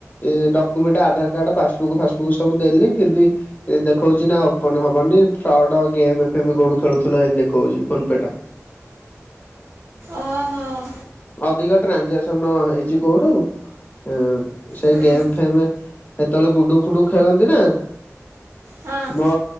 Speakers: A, on the left (about 35°); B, on the right (about 70°).
A: ଏଁ ଡକୁମେଣ୍ଟ ଆଧାର କାର୍ଡ ପାସବୁକ୍ ଫାସବୁକ୍ ସବୁ ଦେଲି ଫିର୍ ବି ଏଁ ଦେଖଉଚି ନା ଓପନ ହବନି ଫ୍ରଡ ଗେମେ ଫେମେ କୋଉଠୁ ଖେଳୁଥୁଲ ଏନ୍ତି ଦେଖଉଚି ଫୋନ ପେ ଟା।
B: ଓହୋ।
A: ଅଧିକ ଟ୍ରାଞ୍ଜାକ୍ସନ ହେଇଚି କୋଉଠୁ ଏଁ ସେ
B: ହୁଁ
A: ଗେମ୍ ଫେମେ ସେତେବେଳେ ଗୁଡୁ ଫୁଡୁ ଖେଳନ୍ତି ନା।
B: ହଁ
A: ମୋ